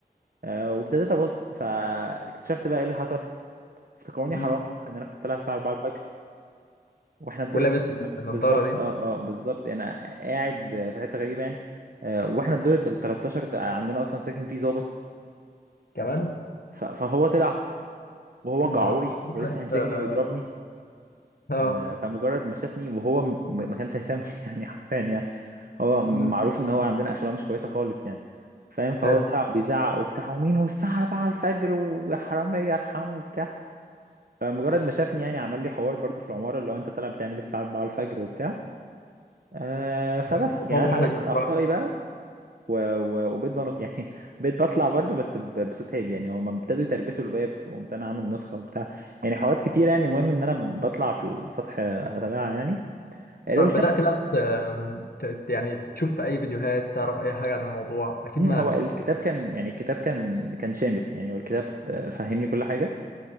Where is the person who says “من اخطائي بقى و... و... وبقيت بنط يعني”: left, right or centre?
Right